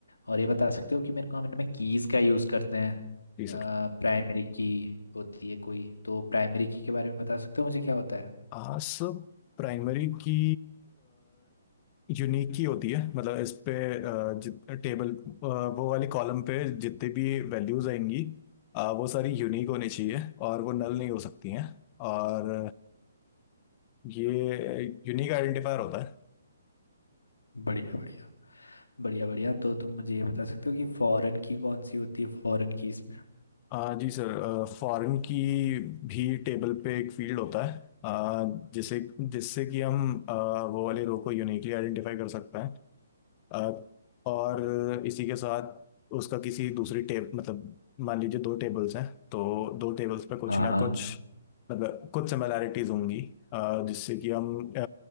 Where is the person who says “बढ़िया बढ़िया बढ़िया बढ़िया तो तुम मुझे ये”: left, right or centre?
Left